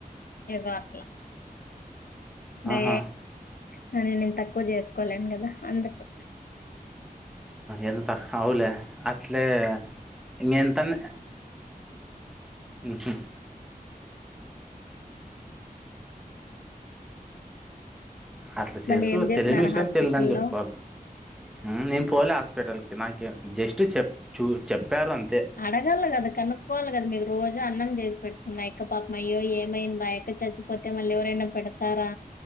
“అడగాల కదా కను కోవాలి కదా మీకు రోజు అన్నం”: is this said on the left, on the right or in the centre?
Left